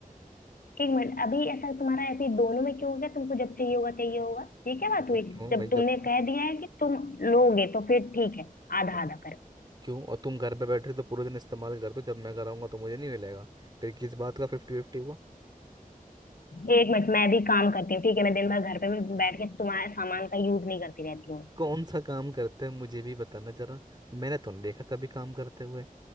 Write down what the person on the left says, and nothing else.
एक मिनट अभी ऐसा तुम्हारा ऐसे दोनों में क्यों हो गया तुमको जब चाहिए होगा चाहिए होगा ये क्या बात
हुई
जब
तुमने
कह दिया है कि तुम लोगे तो फिर ठीक है आधा
आधा कर
एक मिनट मैं भी काम करती हूँ ठीक है मैं दिन भर घर पे भी बैठ के तुम्हारे सामान का यूज नहीं करती रहती हूँ